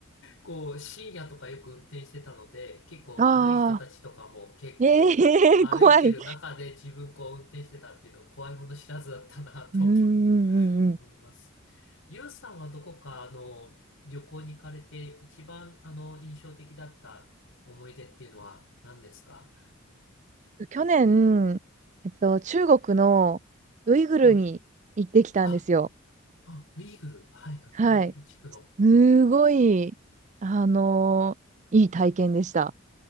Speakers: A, on the left (about 75°); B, on the right (about 35°).
A: こう、深夜とかよく運転してたので、結構悪い人たちとかも結構歩いてる中で自分こう運転してたっていうのは怖いもの知らずだったなと
B: ああ、<laughs> ええー、<laughs> 怖い。<laughs> うんうんうんうん。
A: <laughs> 思います。ゆうさんはどこかあの、旅行に行かれて一番あの、印象的だった思い出っていうのは何ですか
B: 去年、えっと、中国のウイグルに行ってきたんですよ。
A: ええ、あ、あ、ウイグル。はいはい。
B: はい。
A: ウイグル地区の。
B: すごい、あのーいい体験でした。